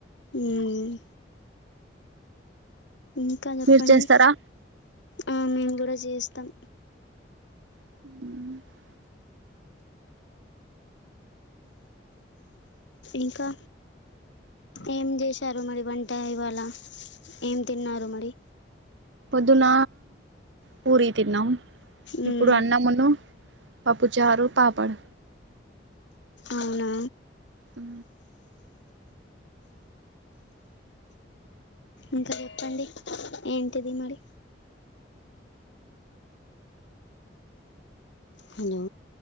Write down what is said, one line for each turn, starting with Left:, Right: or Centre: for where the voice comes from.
Left: ఉమ్ ఇంకా చెప్పండి
Right: మీరు చేస్తారా
Left: ఆ మేము కూడా చేస్తాం
Right: ఉ
Left: ఇంకా ఏం చేశారు మరి వంట ఇవాళ ఏం తిన్నారు మరి
Right: పొద్దున పూరి తిన్నాం
Left: మ్మ్.
Right: ఇప్పుడు అన్నము పప్పుచారు పప్పడ్
Left: అవునా
Right: ఉ
Left: ఇంకా చెప్పండి ఏంటిది మరి హలో